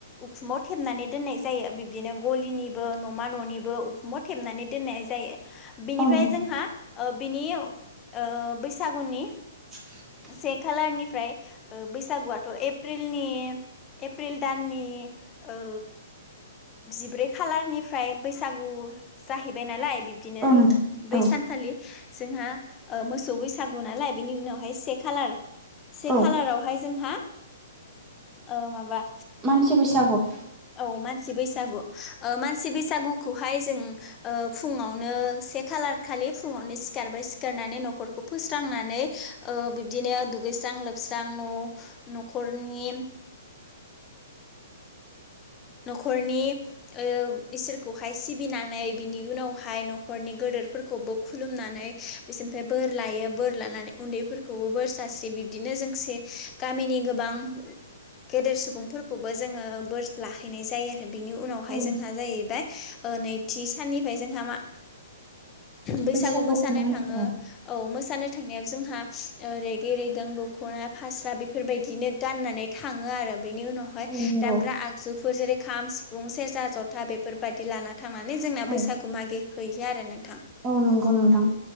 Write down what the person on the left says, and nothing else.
उखुमाव‌ थेबनानै दोननाय जायो। बिब्दिनो गलिनिबो न'मा न'निबो उखुमबाव थेबनानै दोननाय जायो। बिनिफ्राय
जोंहा ओ बिनि ओ बैसागुनि
से खालारनिफ्राय ओ बैसागुआथ' एप्रिलनि एप्रिल दाननि ओ जिब्रै खालारनिफ्राय बैसागु जाहैबाय नालाय बि दिनो
बै
सानखालि जोंहा ओ मोसौ बैसागु नालाय बिनि उनावहाय से खालार से
खालारावहाय जोंहा ओ माबा
औ मानसि बैसागु। ओह मानसि बैसागुखौहाय जों ओह फुङावनो से खालार खालि फुङावनो सिखारबाय सिखारनानै नख'रखौ फोस्रांनानै ओह बिबदिनो दुगैस्रां लोबस्रां न' नख'रनि न'खरनि ओह इसोरखौहाय सिबिनानै बिनि उनावहाय न'खरनि गेदेरफोरखौबो खुलुमनानै बिसोरनिफ्राय बोर लायो बोर लानानै उन्दैफोरखौबो बोर सास्रि बिबदि नो जोंसे गामिनि गोबां गेदेर सुबुंफोरखौबो जोङो बोर लाहैनाय जायो आरो। बिनि उनावहाय
जोंहा जाहैबाय नैथि साननिफ्राय जोंहा मा बैसागु
मोसानो
थाङो। औ मोसानो थांनायाव जोंहा ओ रेगे रेगां दख'ना फास्रा बेफोरबायदिनो गाननानै थाङो आरो। बेनि उनाव हाय
दामग्रा आग जुफोर जेरै खाम, सिफुं, सेरजा, जथा बेफोरबायदि लाना थांनानै जोंना बैसागु
मागि हैयो आरो नों